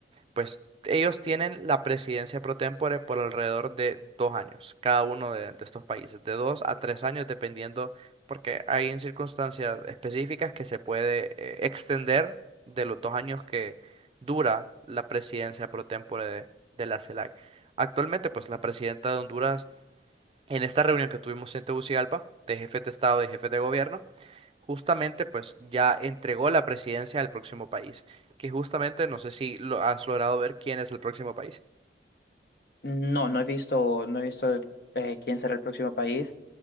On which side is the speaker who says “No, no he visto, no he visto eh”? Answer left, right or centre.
Left